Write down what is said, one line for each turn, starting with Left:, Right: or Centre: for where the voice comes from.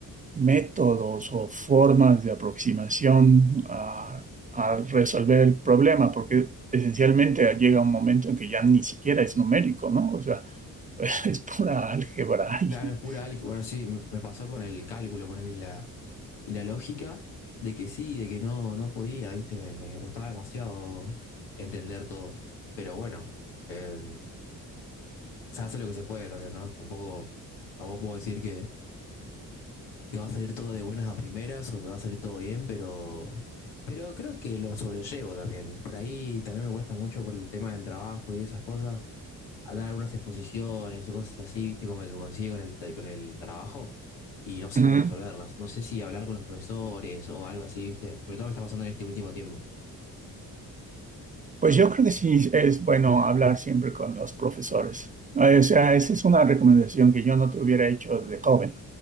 Right: métodos o formas de aproximación a, a resolver el problema, porque esencialmente llega un momento en que ya ni siquiera es numérico, ¿no? O sea, <laughs> es pura álgebra. y-
Left: Claro, es pura álgebra. Bueno, sí, me, me pasó con el cálculo, ponerle la, y la lógica de que sí, de que no, no podía, ¿viste? Me, me costaba demasiado entender todo. Pero bueno, eh, se hace lo que se puede también, ¿no? Tampoco, tampoco puedo decir que, que va a salir todo de buenas a primeras o que va a salir todo bien, pero, pero creo que lo sobrellevo también. Por ahí también me cuesta mucho por el tema del trabajo y esas cosas, a dar algunas exposiciones o cosas así, viste, como que consigue con el, con el trabajo y no sé
Right: Ujú.
Left: cómo resolverlas. No sé si hablar con los profesores o algo así, viste. Sobre todo me está pasando en este último tiempo.
Right: Pues yo creo que sí es bueno hablar siempre con los profesores. O sea, esa es una recomendación que yo no te hubiera hecho de joven,